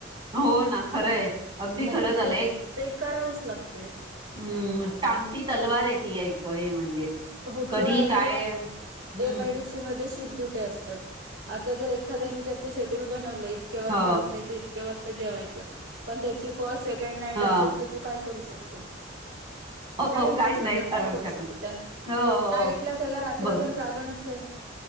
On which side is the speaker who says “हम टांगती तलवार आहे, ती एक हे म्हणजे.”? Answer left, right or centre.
Right